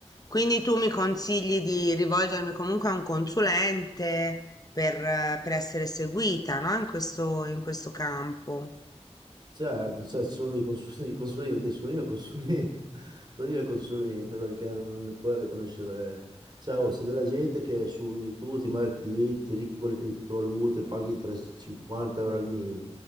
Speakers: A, on the left; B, on the right.
A: quindi tu mi consigli di rivolgermi comunque a un consulente per, eh, per essere seguita, no? In questo, in questo campo.
B: Certo, cioè, ci sono dei consul- <laughs> i consulenti, sono io il consulente, <laughs> sono io il consulente perché non le puoi conoscere. Cioè, oh, c'è della gente che su YouTube ti mette diventi ricchi con le criptovalute, paghi 350 euro al mese,